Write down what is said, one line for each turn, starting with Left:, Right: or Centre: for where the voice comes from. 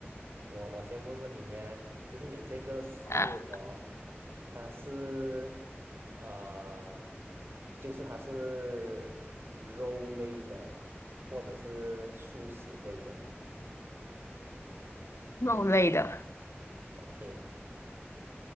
Right: 我我先问问你呀、就是你这个食物哦，
Left: 啊，
Right: 它是呃，就是它是肉类的，或者是素食类的
Left: 肉类的。
Right: ，OK？